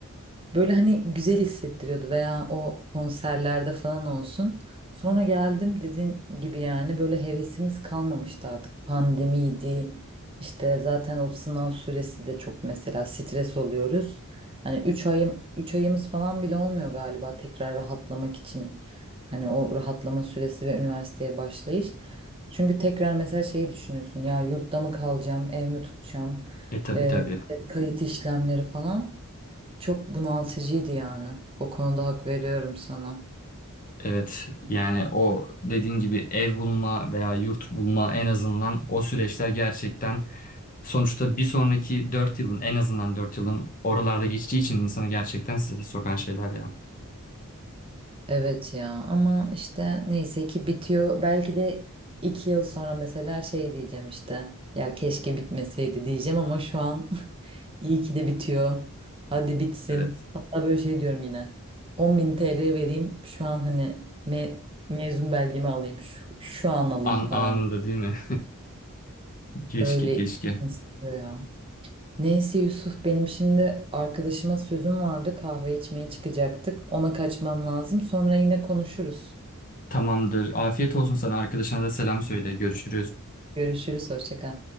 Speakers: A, on the right (about 25°); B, on the left (about 40°).
A: Böyle hani güzel hissettiriyordu veya o konserlerde falan olsun. Sonra geldim dediğin gibi yani böyle hevesimiz kalmamıştı artık. Pandemiydi. işte zaten o sınav süresi de çok mesela stres oluyoruz. Hani üç ayım 3 ayımız falan bile olmuyor galiba tekrar rahatlamak için. Hani o rahatlama süresi ve üniversiteye başlayış. Çünkü tekrar mesela şeyi düşünüyorsun ya yurtta mı kalacağım, ev mi tutacağım,
B: E tabii
A: Ee,
B: tabii.
A: işte kayıt işlemleri falan. Çok bunaltıcıydı yani. O konuda hak veriyorum sana.
B: Evet yani o dediğin gibi ev bulma veya yurt bulma en azından o süreçler gerçekten sonuçta bir sonraki 4 yılın en azından 4 yılın oralarda geçtiği için insanı gerçekten strese sokan şeyler ya.
A: Evet ya ama işte neyse ki bitiyor. Belki de iki yıl sonra mesela şey diyeceğim işte. Ya keşke bitmeseydi diyeceğim ama şu an <laughs> iyi ki de bitiyor. Hadi bitsin.
B: Evet.
A: Hatta böyle şey diyorum yine. 10.000 TL vereyim şu an hani me- mezun belgemi alayım. Şu, şu an alayım
B: An
A: falan.
B: anında değil mi? <laughs> Keşke
A: Öyle
B: keşke.
A: istiyor ya. Neyse Yusuf benim şimdi arkadaşıma sözüm vardı kahve içmeye çıkacaktık. Ona kaçmam lazım. Sonra yine konuşuruz.
B: Tamamdır. Afiyet olsun sana arkadaşına da selam söyle. Görüşürüz.
A: Görüşürüz hoşça kal.